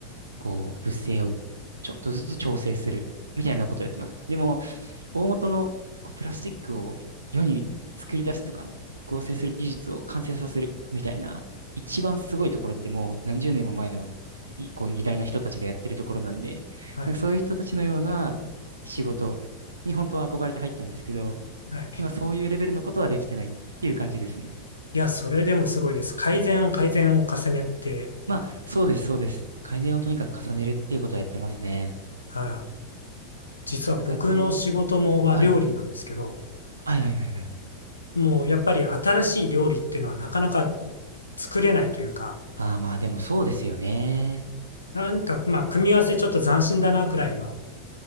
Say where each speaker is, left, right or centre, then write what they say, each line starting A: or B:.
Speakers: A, on the right; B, on the left.
A: こう、物性をちょっとずつ調整するみたいなことをやってます。でも、大元のこうプラスチックを世に作り出すとか、合成する技術を完成させるみたいな、一番すごいところってもう何十年も前のいこう偉大な人たちがやってるところなんで、
B: はい、
A: なんかそういう人たちのような仕事に本当は憧れて入ったんですけど、
B: はい。
A: 今そういうレベルのことはできてないっていう感じですね。
B: いや、それでもすごいです。改善を改善を重ねて、
A: まあ、そうです、そうです。改善をとにかく重ねるっていうことをやってますね。
B: ああ、実は僕の仕事もまあ料理なんですけど、
A: なかなかこう、はい。はいはいはいはい。
B: もうやっぱり新しい料理っていうのはなかなか作れないというか、
A: ああ、まあでもそうですよね。
B: なんか、まあ、組み合わせちょっと斬新だなくらいの